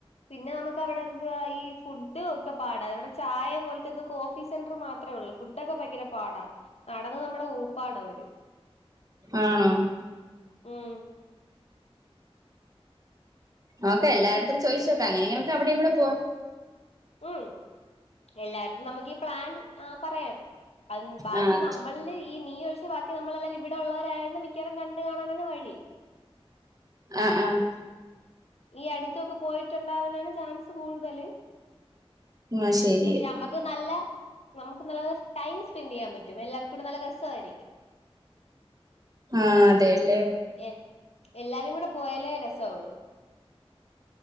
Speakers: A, on the left; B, on the right.
A: പിന്നെ നമക്കവിടെ എന്തുവാ ഈ ഫുഡ് ഒക്കെ പാടാ. ഇവടെ ചായ പോൽത്തെ എന്തോ കോഫി സെന്റർ മാത്രേ ഉള്ളൂ. ഫുഡൊക്കെ ഭയങ്കര പാടാ. നടന്ന് നമ്മടെ ഊപ്പാടൊര്
B: ആണോ?
A: ഉം.
B: നോക്ക എല്ലാരടത്തും ചോയ്ച്ചോക്ക. അങ്ങനെയെങ്കി നമക്കവടേം കൂടെ പോവാം.
A: ഉം എല്ലാരട്ത്തും നമുക്കീ പ്ലാൻ ആ പറയാം. അഅ് ബാക്കി
B: ആഹ്
A: നമ്മൾല് ഈ നീ ഒഴിച്ച് ബാക്കി നമ്മളെല്ലാവരും ഇവിടെ ഒള്ളവരായോണ്ട് മിക്കവാറും കണ്ട് കാണാനാണ് വഴി.
B: അ ആഹ്.
A: ഈ അടുത്തൊക്കെ പോയിട്ടുണ്ടാവാനാണ് ചാൻസ് കൂടുതല്.
B: ആഹ് ശരി
A: പക്ഷെ അമ്മ ക്ക് നല്ല നമുക്ക് നല്ല ടൈം സ്പെൻഡെയ്യാൻ പറ്റും. എല്ലർക്കൂടെ നല്ല രസായിരിക്കും.
B: ആഹ് അതെല്ലേ
A: എ എല്ലാരും കൂടെ പോയാലേ രസാവുള്ളൂ